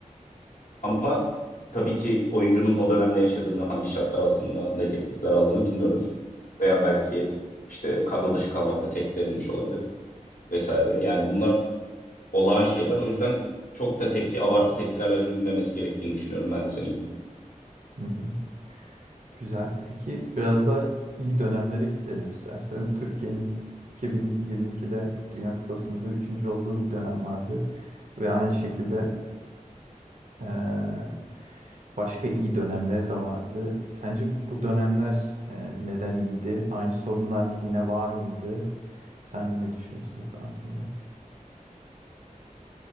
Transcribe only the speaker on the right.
Hı hı. Güzel. Peki biraz da iyi dönemlere gidelim istersen. Türkiye'nin 2022'de Dünya Kupası'nda üçüncü olduğu bir dönem vardı. Ve aynı şekilde eee, başka iyi dönemleri de vardı. Sence bu dönemler eee, neden iyiydi? Aynı sorunlar yine var mıydı? Sen ne düşünüyorsun bu konu hakkında?